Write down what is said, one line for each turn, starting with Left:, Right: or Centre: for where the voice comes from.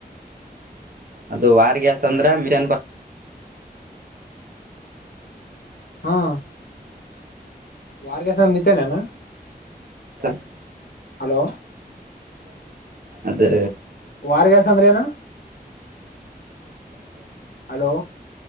Right: ಅದು ವಾರಗ್ಯಸ್ ಅಂದ್ರೆ ಚನ್ಪ <inaudible>
Left: ಹಾ ವಾರಗಾಸ ಅಂದ್ರೆ ಮಿತಾನೆ ಏನು
Right: ಸರಿ
Left: ಹಲೋ
Right: ಅದೇ
Left: ವಾರ್ಗಸ ಅಂದ್ರ ಏನು ಹಲೋ